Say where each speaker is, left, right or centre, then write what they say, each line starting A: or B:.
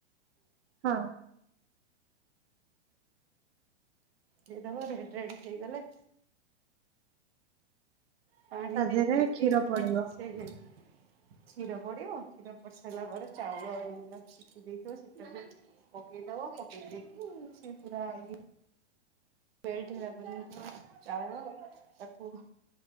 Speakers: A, on the right (about 85°); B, on the right (about 60°).
A: ହଁ
B: ଦେଇଦବ ରେଟ ରାଟ ହେଇଗଲେ ପାଣି
A: ତା
B: ଦେଇଦାଇକେ
A: ଦେହରେ କ୍ଷୀର
B: ମାନେ
A: ପଡିବ
B: ସେ କ୍ଷୀର ପଡିବ କ୍ଷୀର ପଡି ସାରିଲା ପରେ ଚାଉଳା ତାକୁ ସିଖି ଦେଇଥିବ ସି ପକେଇଦବ ପକେଇ ଦେଇେଇକି ସେ ପୁରା ଇଏ ମେଲ୍ଟ ହେଲା ପରେ ଚାଉଳ ତାକୁ